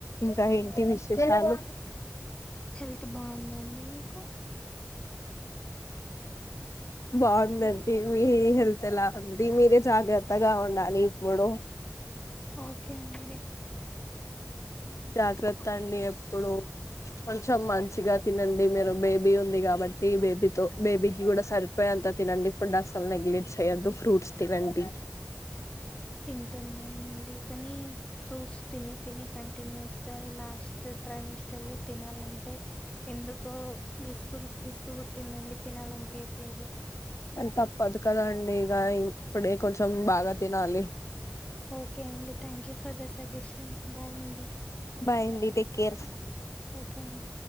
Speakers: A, on the left; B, on the left.
A: కాహంటి విశేషాలు
B: హెల్త్ బాగుందండి మీకు
A: బాగుందండి మీ హెల్తే ఎలా ఉంది ఇది మీదే జాగ్రత్తగా ఉండాలి ఇప్పుడు
B: ఓకే అండి
A: జాగ్రత్త అండి ఎప్పుడు కొంచెం మంచిగా తినండి మీరు బేబీ ఉంది కాబ కాబట్టి బేబీతో బేబీకి కూడా సరి అంతా తినండి ఫుడ్ అసలు నెగ్లెక్ట్ చేయొద్దు ఫ్రూట్స్ తినండి
B: తింటున్నానండి కానీ ఫ్రూట్స్ తిని తిని కంటిన్యూస్ గా లాస్ట్ టై మస్ట లో తినాలంటే ఎందుకో బిస్కు బిస్కు పుట్టిందండి తినాలంటే ఎట్లేదు
A: తప్పదు కదండి ఇక ఇప్పుడే కొంచెం బాగా తినాలి
B: ఓకే అండి thank you for the suggestion bye అండి
A: బాయ్ అండి టేక్ కేర్
B: ఓకే అండి